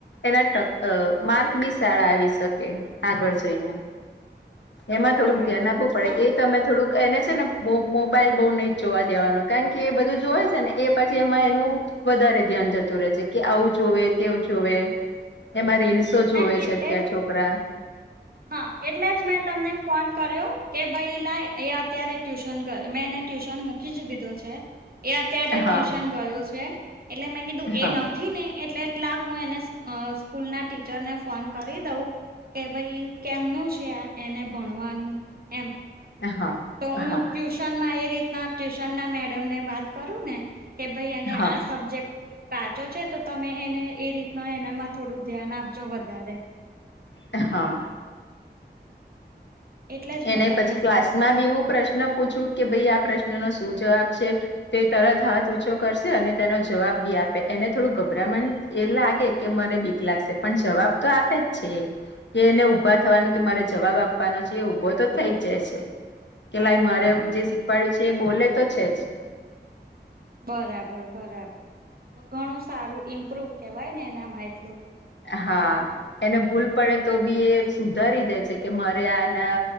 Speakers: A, on the left (about 80°); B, on the right (about 55°).
A: એના ટક માર્ક બી સારા આવી શકે આગળ જઈને એમાં
B: બરાબર
A: થોડુક ધ્યાન આપવું પડે
B: ના
A: એ તમે થોડુક એને છે ને મોબાઈલ બહુ નહી જોવા દેવાનો કારણ કે એ બધુ જોવે છે ને એ પછી એમા એનુ વધારે ધ્યાન જતું રહે છે કે આવું જોવે તેવ જોવે એમાં રીલ્સ શો જોવે
B: ના એટલે
A: છે અત્યારે
B: જ
A: છોકરા?
B: હા એટલે જ મેં તમને ફોન કર્યો કે ભાઈ લાઇ અત્યારે ટ્યુશન મે એને ટ્યુશન મૂકી જ દીધો છે. એ અત્યારે ટ્યુશન
A: હા
B: ગયો છે એટલે મે કીધુ
A: હા
B: એ ન નથી ને એટલે લાવ હું એને સ્કૂલ ના ટી ટીચરને ફોન કરી દઉ કે ભઈ કેમનું છે એને ભણવાનું એમ.
A: હા
B: તો હું
A: હા
B: ટ્યુશનમાં એ રીતના ટ્યુશન ના મેડમને વાત કરું ને કે ભઈ એને
A: હા
B: આ સબ્જેક્ટ થોડો કાચો છે તો તમે એને એ રીતના એનામાં થોડું ધ્યાન આપજો વધારે.
A: હા
B: એટલે જ મેં
A: એને
B: તમને
A: પછી ક્લાસ
B: ફોન કર્યો
A: માં બી એવું પ્રશ્ન પૂછું કે ભાઈ આ પ્રશ્ન નો શું જવાબ છે? તે તરત હાથ ઊંચો કરશે અને તેનો જવાબ બી આપે એને થોડું ગભરામણ એ લાગે. કે મને બીક લાગશે પણ જવાબ તો આપે જ છે કે એને ઉભા થવાનો
B: બસ
A: કે મારે જવાબ આપવાનો છે એ ઉભો તો થઈ જ જાય છે. કે લાઈ મારે
B: બરાબર.
A: જે શીખવાડ્યું છે એ બોલે તો છે જ
B: બરાબર બરાબર તો ઘણું સારું ઇમ્પ્રુવ કેવાય ને એનામાં એટલું.
A: હા એને ભૂલ પડે તો બી એ સુધારી દે છે કે મારે આના